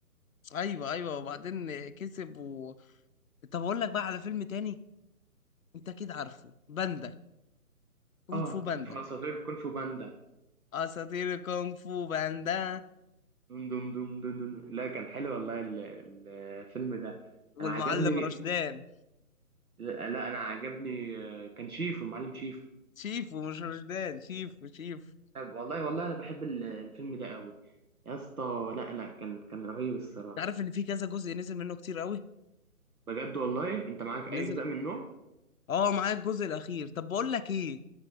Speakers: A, on the left; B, on the right.
A: ايوه ايوه وبعدين كسب و... طب اقول لك بقى على فيلم تاني انت اكيد عارفه باندا كونغ
B: اه
A: فو باندا
B: في أساطير كونغ فو باندا
A: اساطير كونغ فو باندا
B: دم دم دم دم دم دم. لا كان حلو والله ال- ال- الفيلم ده
A: والمعلم
B: أنا عجبني
A: رشدان
B: لا لا، أنا عجبني آه، كان شيفو المعلم شيفو
A: شيفو مش رشدان شيفو شيفو
B: طب والله والله أنا بحب ال- الفيلم ده أوي يا اسطى لا لا كان كان رهيب الصراحة
A: انت عارف ان في كذا جزء نزل منه كتير قوي
B: بجد والله أنت معاك
A: نزل
B: أي أجزاء منه
A: اه معايا الجزء الاخير طب بقول لك ايه